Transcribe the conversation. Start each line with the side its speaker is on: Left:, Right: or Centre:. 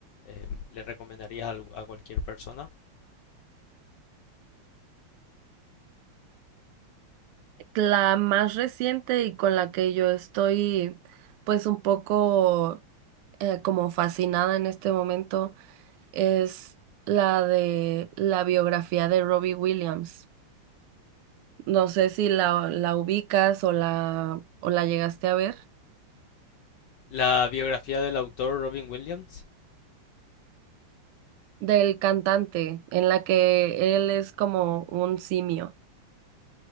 Left: em, le recomendarías al- a, cualquier persona?
Right: La más reciente y con la que yo estoy pues un poco eh, como fascinada en este momento. es la de la biografía de Robbie Williams. No sé si la, la ubicas o la, o la llegaste a ver.
Left: La biografía del autor Robin Williams.
Right: Del cantante, en la que él es como un simio.